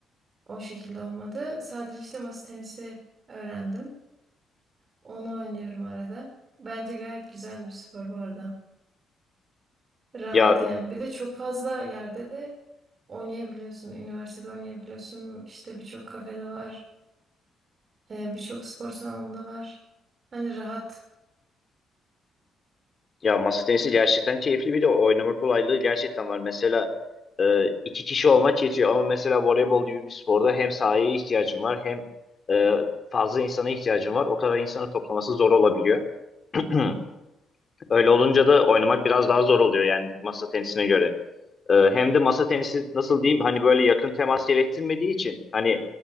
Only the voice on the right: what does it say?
o şekilde olmadı. Sadece işte masa tenisi öğrendim. Onu oynuyorum arada. Bence gayet güzel bir spor bu arada. Rahat
yani. Bir de çok fazla yerde de oynayabiliyorsun. Üniversitede oynayabiliyorsun. İşte birçok kafede var. E, Birçok spor salonunda var. Hani rahat.